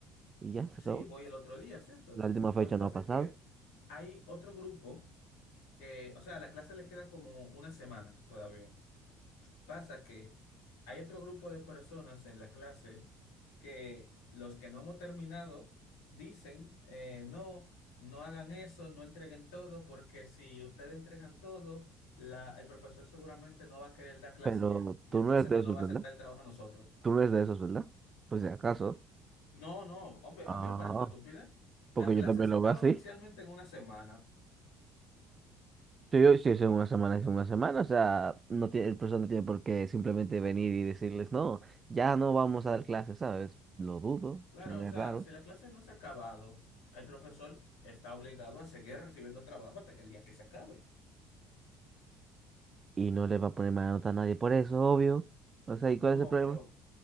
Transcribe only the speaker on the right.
Y ya, se
acabó.
La última fecha
no ha pasado.
Pero
tú
no eres de
esos,
¿verdad?
Tú no eres de esos, ¿verdad? Pues si acaso.
Ah,
porque
yo también
lo
veo así.
Sí, yo- si es en una semana, es en una semana. O sea, no tiene, el profesor no tiene por qué simplemente venir y decirles, no, ya no vamos a dar clases, ¿sabes? Lo dudo,
suena
raro.
Y no le va a poner mala nota a nadie por eso, obvio. O sea, ¿y
cuál es el problema?